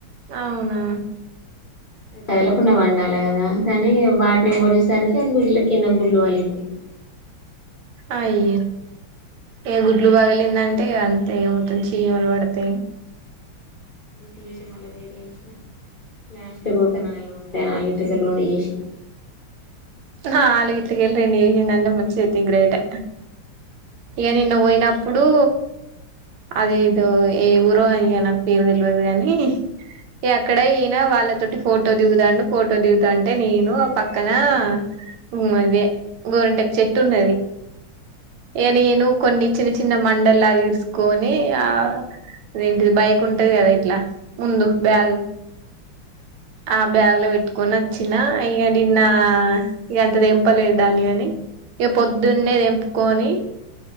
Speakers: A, on the right; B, on the left.
A: అవునా
B: కదలకుండ పండాల గదా కానీ వాటిని పోడిశేసరికి అది గుడ్ల కింద గుడ్లు పగిలిపోయినయి
A: అయ్యో ఇగ గుడ్లు పగిలిందంటే ఇగ అంతే ఇగ మొత్ మొత్తం చీమలు పడతయి
B: తీశి మళ్ళ వేరే ఏశిన లాస్ట్కి ఒక నాలుగుండే నాలుగు ఇటుకలు ఉండి చేశిన ఇగ
A: నాలుగు ఇట్కెళ్ళి రెండు ఎసిందంటే మంచి అయితే గ్రేటె ఇగ నిన్న పోయినప్పుడూ అది ఏదో ఏ ఊరో ఇగ నాకు పేరు తెల్వదు కాని ఎక్కడ అయినా వాళ్ళ తోటి ఫోటో దిగుదాండు ఫోటో దిగుదాంటే నేనూ పక్కనా ఊ అదే గోరింటాక్ చెట్టు ఉన్నది ఇగ నేను కొన్ని చిన్న చిన్న మండల్లాగ ఇరుసుకోనీ ఆ ఇంటిది బైక్ ఉంటది గదా ఇట్లా ముందు బ్యాగు ఆ బ్యాగులో వెట్ కొనొచ్చినా ఇగ నిన్నా ఇగంత తెంపలేద్ దాన్ని గాని ఇగ పొద్దున్నే దెంపుకోని.